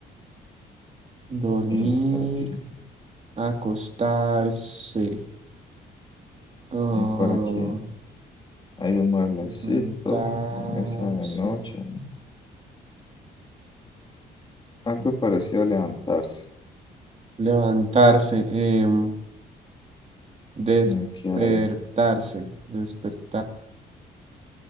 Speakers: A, on the right; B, on the left.
A: Dormir,
B: Ella está aquí.
A: acostarse, ah,
B: Y por aquí hay un mueblecito,
A: levantarse,
B: una mesa de noche, ¿no? Algo parecido a levantarse.
A: levantarse, em, despertarse,
B: Y aquí hay,
A: despertarse.